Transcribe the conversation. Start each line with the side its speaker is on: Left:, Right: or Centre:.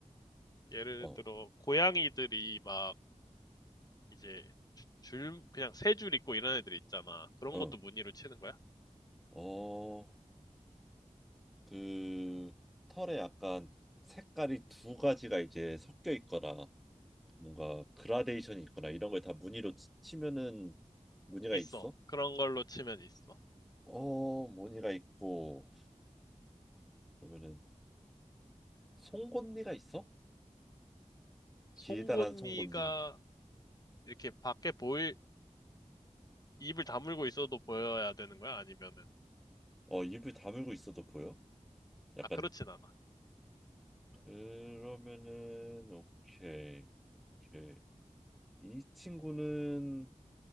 Left: 예를
Centre: 어,
Left: 들어 고양이들이 막 이제 주- 줄 그냥 세 줄 있고 이런 애들 있잖아. 그런
Centre: 어,
Left: 것도 무늬로 치는 거야?
Centre: 어, 그 털에 약간 색깔이 두 가지가 이제 섞여 있거나 뭔가 그라데이션이 있거나 이런 걸 다 무늬로 치- 치면은 무늬가
Left: 있어.
Centre: 있어?
Left: 그런 걸로 치면 있어.
Centre: 어, 무늬가 있고 그러면은 송곳니가 있어? 길다란
Left: 송곳니가
Centre: 송곳니.
Left: 이렇게 밖에 보일 입을 다물고 있어도 보여야 되는 거야? 아니면은
Centre: 어, 입을 다물고 있어도 보여? 약간
Left: 아 그렇진 않아.
Centre: 그러면은 오케이, 오케이. 이 친구는